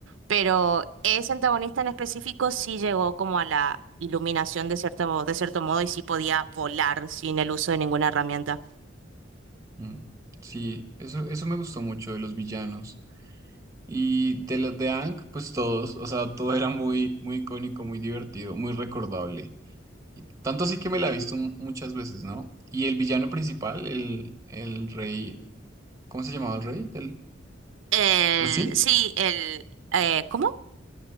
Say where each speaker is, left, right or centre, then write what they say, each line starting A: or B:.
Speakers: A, on the right (about 80°); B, on the right (about 15°).
A: pero ese antagonista en específico sí llegó como a la iluminación de cierto, de cierto modo y sí podía volar sin el uso de ninguna herramienta.
B: Mm. Sí, eso, eso me gustó mucho de los villanos. Y de los de Ank, pues todos, o sea, todo era muy, muy icónico, muy divertido, muy recordable. Y tanto así que me la he visto mu- muchas veces, ¿no? Y el villano principal, el, el rey, ¿cómo se llamaba el rey? ¿El
A: El,
B: Oisin?
A: sí, el, eh, ¿cómo?